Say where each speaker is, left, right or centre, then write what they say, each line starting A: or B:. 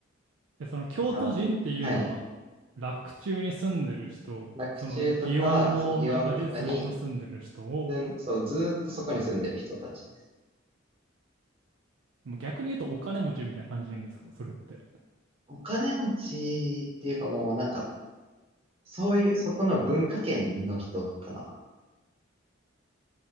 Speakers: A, on the right; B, on the right.
A: えその京都人っていうのは、
B: あ、はい。
A: 洛中に住んでる人、
B: 洛中とか、
A: その祇園の中でずっと住んでる人を、
B: そう、祇園とかに、住んそう、ずーっとそこに住んでる人たち。
A: もう逆に言うとお金持ちみたいな感じでいいんですかそれって。
B: お金持ちっていうかもうなんか、そういう、そこの文化圏の人かな。